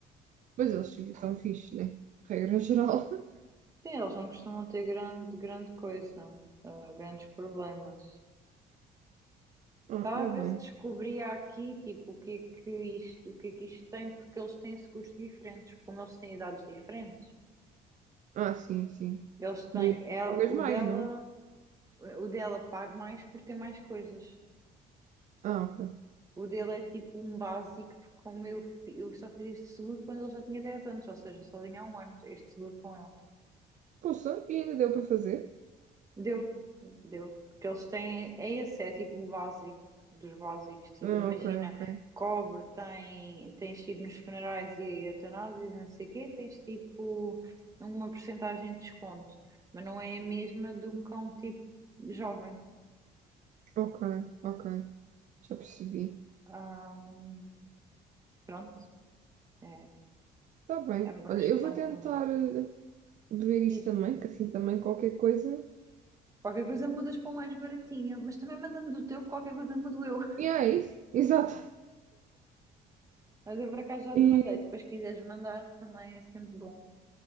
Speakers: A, on the right; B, on the right.
A: Pois eles estão fixes, né? Regra geral. <laughs>
B: Sim, eles não costumam ter grande, grande coisa, ah, grandes problemas.
A: Ah,
B: Estava
A: ainda
B: a ver
A: bem.
B: se descobria aqui, tipo, o que é que isto, o que é que isto tem, porque eles têm seguros diferentes, como eles têm idades diferentes.
A: Ah, sim, sim.
B: Eles têm,
A: Do
B: ela,
A: pagas
B: o
A: mais,
B: dela,
A: não?
B: o dela paga mais por ter mais coisas.
A: Ah, ok.
B: O dele é tipo um básico, porque como eu, fi- eu só fiz este seguro quando ele já tinha 10 anos, ou seja, só tinha há um ano este seguro com ele.
A: Poxa, e ainda deu para fazer?
B: Deu, deu. Porque eles têm, é esse, é tipo o básico dos básicos. Tipo,
A: Ah,
B: imagina,
A: ok, ok.
B: cobre tem, tens tipo nos funerais e eutanásias, e não sei o quê, tens tipo uma porcentagem de desconto, mas não é a mesma de um cão tipo jovem.
A: Ok, ok, já percebi.
B: Ahm, pronto, é,
A: Está bem.
B: é uma
A: Olha,
B: questão
A: eu vou tentar
B: também.
A: eh, ver isso
B: Diz,
A: também, que assim também qualquer coisa.
B: Qualquer coisa mudas para um mais baratinho, mas também mandando do teu, qualquer coisa mudo eu.
A: E é isso, <laughs> exato.
B: Mas eu por acaso já
A: E
B: te mandei, se depois quiseres mandar também é sempre bom.